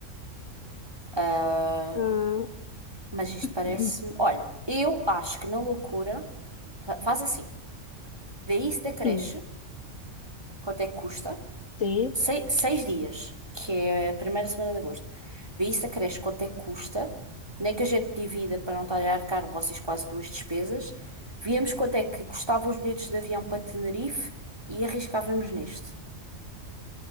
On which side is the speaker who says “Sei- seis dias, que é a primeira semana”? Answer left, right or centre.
Right